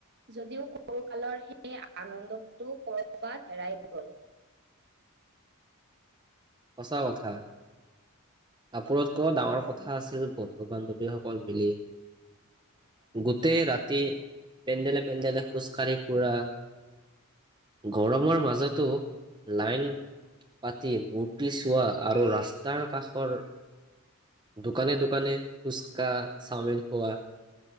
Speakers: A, on the right; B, on the right.
A: যদিও <unintelligible> সৰুকালৰ সেই আনন্দটো কৰ'বাত হেৰাই গ'ল।
B: সঁচা কথা কাপোৰতকৈ ডাঙৰ কথা আছিল বন্ধু বান্ধৱ। সকল মিলি গোটেই ৰাতি পেণ্ডেলে পেণ্ডেলে খোজ কাঢ়ি ফুৰা গৰমৰ মাজতো লাইন পাতি বহুত যদি চোৱা আৰু ৰাস্তাৰ কাষৰ দোকানে দোকানে ফুচকা, চাওমিন খোৱা